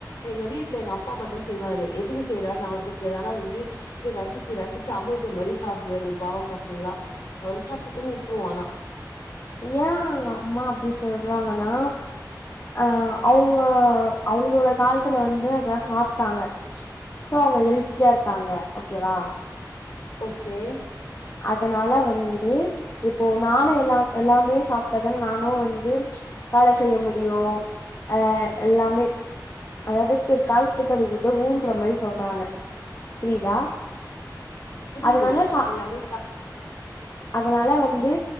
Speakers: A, on the left; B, on the left.
A: எங்க வீட்ல எங்க அப்பா மட்டு செய்வாரு எதுக்கு செய்றாருன்னு அவருக்கு தெரியாது ஆனா அத வந்துட்டு அப்டியே ரசிச்சி ரசி ச்சி அமிர்தோ மாரி சாப்டுவாரு ஒரு பாவக்கா ஃபுல்லா அவரே சாப்டட்டுனு வுட்டுருவோ ஆனா
B: ஏ எங்க அம்மா அப்டி சொல்றாங்கன்னா அ அவுங்க அவுங்களோட காலத்துல வந்து அதா சாப்ட்டாங்க சோ அவங்க ஹெல்த்தியா இருக்காங்க ஓக்கேவா
A: ஓக்கே
B: அதனால வந்து இப்போ நானு எல்லா எல்லாமே சாப்ட்டாதான நானு வந்து வேல செய்ய முடியு ஆ எல்லாமே அதாவது பிற்காலத்துக்கு அது உதவுன்ற மாரி சொல்றாங்க புரியுதா
A: புரியுது
B: அதனால சா
A: எல்லாமே ப
B: அதனால வந்து